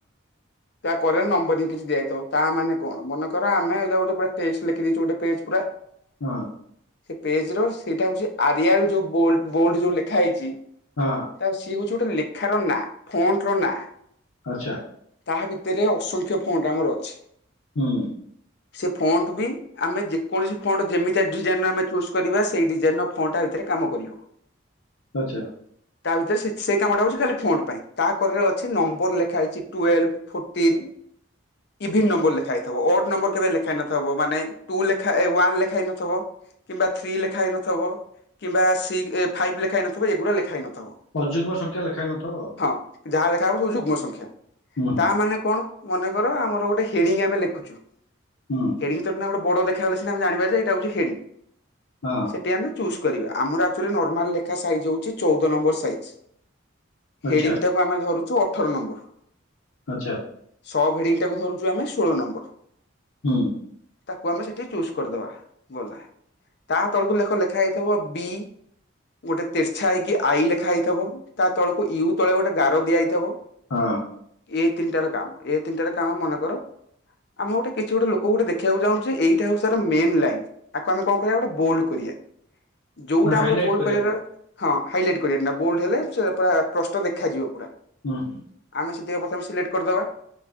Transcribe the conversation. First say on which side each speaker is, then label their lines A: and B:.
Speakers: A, on the left; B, on the left.
A: ତା କରେ ନମ୍ବରିଙ୍ଗି କିଛି ଦିଆଇଥିବ ତା ମାନେ କଣ। ମନେକର ଆମେ ଏଇକା ଗୋଟେ ପୁରା ଟେକ୍ସ ଲେଖି ଦେଇଚୁ ଗୋଟେ ପେଜ ପୁରା।
B: ହଁ।
A: ସେ ପେଜ ର ସେଇଟା ହଉଚି ଆରିଆଲ ଯୋଉ ବୋଲ୍-ବୋଲ୍ଡ ଯୋଉ ଲେଖା ହେଇଚି
B: ହଁ।
A: ତା ସିଏ ହଉଛି ଗୋଟେ ଲେଖାର ନାଁ ଫ୍ରଣ୍ଟ ର ନାଁ।
B: ଆଚ୍ଛା।
A: ତାହା ଭିତରେ ଅସଂଖ୍ୟ ଫ୍ରଣ୍ଟ ଆମର ଅଛି।
B: ହୁଁ।
A: ସେ ଫ୍ରଣ୍ଟ ବି ଆମେ ଯେକୌଣସି ଫ୍ରଣ୍ଟ ଯେମିତି ଡିଜାଇନ ଆମେ ଚୁଜ୍ କରିବା। ସେଇ ଡିଜାଇନ ଫ୍ରଣ୍ଟ ଆ ଭିତରେ କାମ କରିବ।
B: ଆଚ୍ଛା।
A: ତା ଭିତରେ ସେ ସେଇ କାମଟା ହଉଛି ଖାଲି ଫ୍ରଣ୍ଟ ପାଇଁ। ତା କରରେ ଅଛି ନମ୍ବର ଲେଖା ହେଇଛି ଟୁଏଲ୍ଭ ଫୋଟିନ୍, ଇଭିନ୍ ନମ୍ବର ଲେଖା ହେଇଥିବ। ଅଡ୍ ନମ୍ବର କେବେ ଲେଖା ହେଇନଥିବ। ଥବ। ମାନେ ଟୁ ଲେଖା ୱାନ୍ ଲେଖା ହେଇ ନଥିବ। କିମ୍ବା ଥ୍ରୀ ଲେଖା ହେଇନଥିବ। କିମ୍ବା ସି ଫାଇଭ୍ ଲେଖା ହେଇନଥିବ। ଏଗୁଡା ଲେଖା ହେଇନଥିବ।
B: ଅଯୁଗ୍ମ ସଂଖ୍ୟା ଲେଖା ହେଇନଥବ ଆଉ?
A: ହଁ। ଯାହା ଲେଖା ହବ ସବୁ ଯୁଗ୍ମ ସଂଖ୍ୟା।
B: ହୁଁ ହୁଁ
A: ତା ମାନେ କଣ? ମନେକର ଆମର ଗୋଟେ ହେଡିଙ୍ଗ ଆମେ ଲେଖୁଛୁ?
B: ହୁଁ।
A: ହେଡିଙ୍ଗ ତ <inaudible> ଗୋଟେ ବଡ ଦେଖା ଗଲେ ସିନା ଜଣିବା ଯେ ଏଇଟା ହୋଉଛି ହେଡିଙ୍ଗ।
B: ହଁ।
A: ସେଠି ଆମେ ଚୂଜ୍ କରିବା। ଆମର ଆକ୍ଚୁଆଲି ନର୍ମାଲ ଲେଖା ସାଇଜ୍ ହଉଛି ଚଉଦ ନମ୍ବର ସାଇଜ୍।
B: ଆଚ୍ଛା
A: ହେଡିଙ୍ଗ ଟାକୁ ଆମେ ଧରୁଛୁ ଅଠର ନମ୍ବର।
B: ଆଚ୍ଛା
A: ସବ ହେଡିଙ୍ଗ ଟାକୁ ଧରୁୁଛୁ ଆମେ ଷୋଳ ନମ୍ବର।
B: ହୁଁ।
A: ତାକୁ ଆମେ ସେଠି ଚୁଜ୍ କରିଦବା। ଗଲା। ତା ତଳକୁ ଲେଖ ଲେଖା ହେଇଥିବ ବି! ଗୋଟେ ତେରଛା ହେଇକି ଆଇ ଲେଖା ହେଇଥିବ। ତା ତଳକୁ ୟୁ ତଳେ ଗୋଟେ ଗାର ଦିଆ ହେଇଥିବ।
B: ହଁ।
A: ଏଇ ତିନିଟା ର କାମ। ଏଇ ତିନିଟା ର କାମ ମନେକର ଆମେ ଗୋଟେ କିଛି ଗୋଟେ ଲୋକକୁ ଗୋଟେ ଦେଖେଇବାକୁ ଚାହୁଁଛେ? ଏଇଟା ହେଉଛି ତାର ମେନ୍ ଲାଇନ୍। ତାକୁ ଆମେ କଣ କରିବା ଗୋଟେ ବୋଲ୍ଡ କରିବା। ଯୋଉଟା
B: ନା ହାଇଲାଇଟ୍
A: ଆମର ବୋଲ୍ଡ
B: କରିବା
A: କରିବାର
B: ପାଇଁ
A: ହଁ ହାଇଲାଇଟ କରିବାକିନା। ବୋଲଡ ହେଲେ ସେ ପୁରା ପ୍ରଶ୍ଟ ଦେଖାଯିବ ପୁରା।
B: ହୁଁ ହୁଁ।
A: ଆମେ ସେତି ପ୍ରଥମେ ସିଲେକ୍ଟ କରିଦବା।